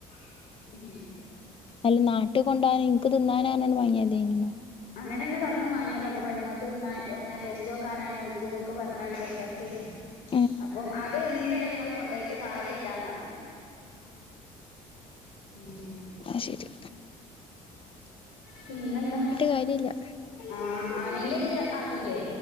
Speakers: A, on the left; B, on the left.
A: <inaudible>
B: അൽ നാട്ട് കൊണ്ടോനും ഇൻക്ക് തിന്നാനാന്ന് പറഞ്ഞാണ്ട് വാങ്ങി യാദൃയ്ന്ന്.
A: അങ്ങനെന്നാ പറഞ്മാങ്ങിയതാ അപ്പൊ പെണ്ണങ്ങക്ക് തിന്നാ ങ്ങനെ ടേസ്റ്റേക്കാനാണേൽക്ക് പറഞാണ്ട് പെരക്കാർക്ക്.
B: <inaudible>
A: അപ്പം അത് എന്തായാലും നിങ്ങൾ കൊണ്ടോയിട്ട് കാര്യല്ലാന്നറഞ്ഞു. ഉം
B: ആഹ് ശെരി.
A: പിന്നെന്താ.
B: കാര്യല്ല്യ
A: ആഹ് ആമീന്റെ യ്യ് അറിഞ്ഞില്ലേ